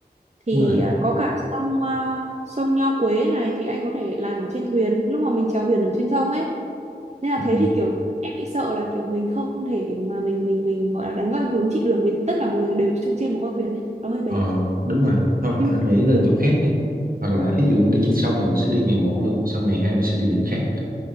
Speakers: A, on the right; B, on the right.
A: thì
B: đúng rồi
A: à, có cả sông à, sông Nho Quế này thì anh có thể làm ở trên thuyền lúc mà mình chèo thuyền ở trên sông ấy nên là
B: ừ,
A: thế thì kiểu em bị sợ là kiểu mình không thể mà mình mình mình gọi là đánh vào hướng chị được vì tất cả mọi người đều chui trên một con thuyền ấy nó hơi bé
B: ờ, đúng rồi thôi
A: nhưng
B: anh
A: mà
B: nghĩ lên
A: được
B: chỗ khác đi hoặc là ví dụ đi trên sông thì mình sẽ đi ngày một luôn xong ngày hai mình sẽ đi điểm khác